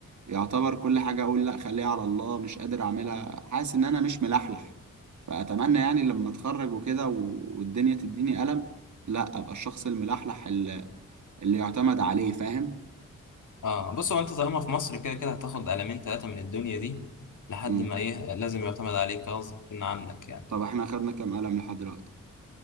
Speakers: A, on the right; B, on the left.
A: يعتبر كل حاجة أقول لأ خليها على الله مش قادر أعملها حاسس إن أنا مش ملحلح فأتمنى يعني لما أتخرج وكده و- والدنيا تديني قلم لأ أبقى الشخص الملحلح اللي, اللي يعتمد عليه فاهم؟
B: اه بص هو انت طالما في مصر كده كده هتاخد قلمين ثلاثة من الدنيا دي لحد
A: مم.
B: ما ايه لازم يعتمد عليك غصب عنك يعني
A: طب إحنا أخدنا كام قلم لحد دلوقتي؟